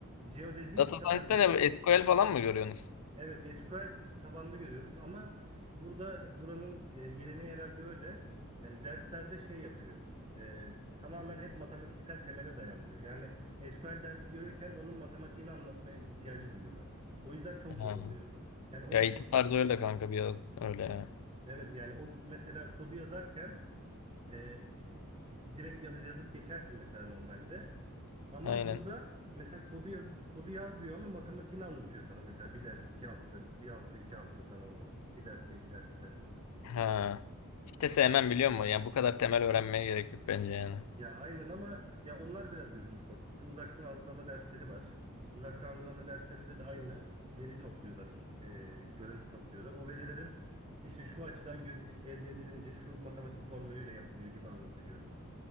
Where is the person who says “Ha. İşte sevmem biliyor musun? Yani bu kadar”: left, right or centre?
Left